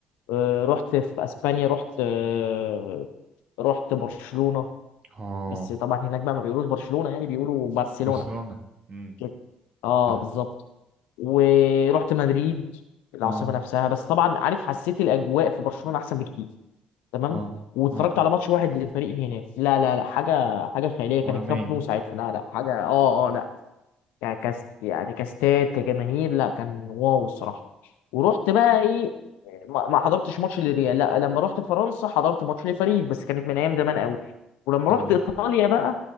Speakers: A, on the left; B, on the right.
A: آه، رحت في أسبانيا رحت آه، رحت برشلونة
B: اه
A: بس طبعا هناك بقى ما بيقولوش برشلونة يعني بيقولوا برشلونة
B: برشلونة امم
A: كده اه
B: صح
A: بالظبط ورحت مدريد العاصمة
B: اه
A: نفسها بس طبعا عارف حسيت الأجواء في برشلونة أحسن بكتير تمام
B: اه
A: واتفرجت
B: اه
A: على ماتش واحد للفريق هناك لا لا لا حاجة حاجة خيالية
B: وهمية
A: كان الكامب نو ساعتها لا لا حاجة اه اه لا ك- كس يعني كاستاد كجماهير لا كان واو الصراحه ورحت بقى ايه ما ما حضرتش ماتش للريال لا لما رحت فرنسا حضرت ماتش لباريس بس كانت من ايام زمان قوي ولما
B: اه
A: رحت ايطاليا بقى